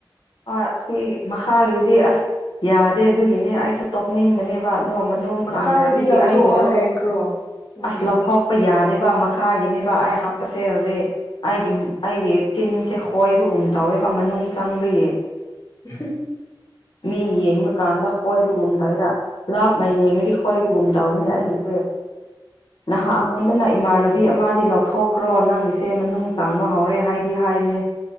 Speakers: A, on the left; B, on the left.
A: ꯑ ꯁꯤ ꯃꯈꯥꯒꯤꯗꯨꯗꯤ ꯑꯁ ꯌꯥꯗꯦ ꯑꯗꯨꯒꯤꯅꯦ ꯑꯩꯁꯨ ꯇꯣꯛꯅꯤꯡꯕꯅꯦꯕ ꯑꯗꯣ ꯃꯅꯨꯡ
B: ꯃꯈꯥꯗꯗꯤ
A: ꯆꯥꯡꯈ꯭ꯔꯕꯒꯤ
B: ꯂꯧꯊꯣꯛꯑꯣ
A: ꯑꯩꯒꯤꯗꯣ
B: ꯍꯥꯏꯈ꯭ꯔꯣ ꯎꯝ
A: ꯑꯁ ꯂꯧꯊꯣꯛ ꯍꯥꯞꯄ ꯌꯥꯗꯦꯕ ꯃꯈꯥꯒꯤꯅꯦꯕ ꯑꯩ ꯍꯥꯞꯄꯁꯦ ꯍꯧꯖꯤꯦ ꯑꯩꯒꯤ ꯑꯩꯒꯤ ꯆꯤꯟꯁꯦ ꯍꯣꯏꯕꯒꯨꯝ ꯇꯧꯋꯦꯕ ꯃꯅꯨꯡ ꯆꯪꯕꯒꯤ
B: <unintelligible>
A: ꯃꯤ ꯌꯦꯡꯕ ꯀꯥꯟꯗ ꯈꯣꯏꯕꯒꯨꯝꯗꯣꯏꯗ ꯂꯥꯞꯅ ꯌꯦꯡꯉꯗꯤ ꯈꯣꯏꯕꯒꯨꯝꯗ ꯇꯧꯕꯅꯦ ꯑꯩꯒꯤꯁꯦ ꯅꯍꯥ ꯑꯍꯣꯟꯗꯅ ꯏꯃꯥꯟꯅꯕꯤ ꯑꯃꯗꯤ ꯂꯧꯊꯣꯛ ꯀ꯭ꯔꯣ ꯅꯪ ꯏꯁꯦ ꯃꯅꯨꯡ ꯆꯪꯕ ꯍꯧꯔꯦ ꯍꯥꯏꯗꯤ ꯍꯥꯏꯕꯅꯦ